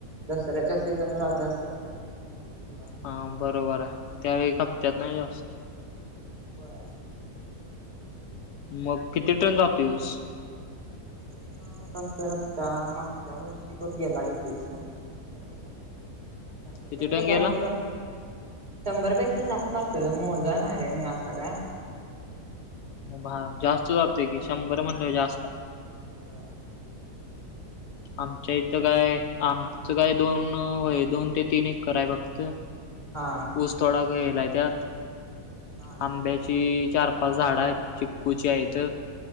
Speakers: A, on the right; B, on the left.
A: दसऱ्याच्या सीझनला जास्त असत्यात, झेंडूची फूल आमची.
B: हा बरोबर हाय, त्यावेळी खपत्यात नयी जास्त.
A: व्हय.
B: मग किती टन जातोय ऊस?
A: ऊस ना बघता - बघता, मागच्या वर्षी व गेला किती शंभर टन शंभर
B: किती
A: पेक्षा
B: टन गेला
A: जास्त असलं. शंभरपेक्षा जास्त असत्यात, मोजाय नाही रे मी असं काय.
B: म, भा जातोय की, शंभर म्हणलेवर जास्त हाय.
A: <unintelligible>
B: आमच्या इथं काय, आमचं काय दोन, होय दोन ते तीन एकर हाय फक्त.
A: हां.
B: ऊस थोडा बं गेलाय त्यात,
A: हा
B: आंब्या ची, चार -पाच झाडं आहेत, चिक्कूची आहेत.